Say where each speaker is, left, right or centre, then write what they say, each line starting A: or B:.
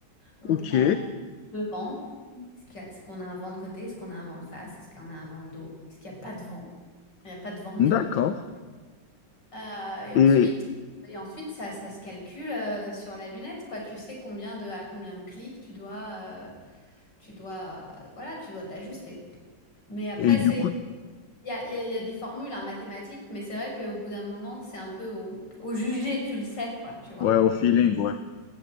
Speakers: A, on the left (about 65°); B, on the left (about 80°).
A: On
B: ok,
A: prend en devant. Est-ce qu'il y a- est-ce qu'on a un vent de côté? Est-ce qu'on a un vent de face? Est-ce qu'on a un vent de dos? Est-ce qu'il n'y a pas de vent? Quand il n'y a pas de vent, on est
B: d'accord.
A: content. Euh, et
B: Et,
A: ensuite, et ensuite ça, ça se calcule euh, sur la lunette, quoi. Tu sais combien de, à combien de clics tu dois, euh, tu dois, euh, voilà, tu dois t'ajuster. Mais après,
B: et du
A: c'est,
B: coup,
A: il y a, il y a- il y a des formules en mathématiques, mais c'est vrai qu'au bout d'un moment, c'est un peu au, au jugé, tu le sais, quoi, tu vois.
B: ouais, au feeling, ouais.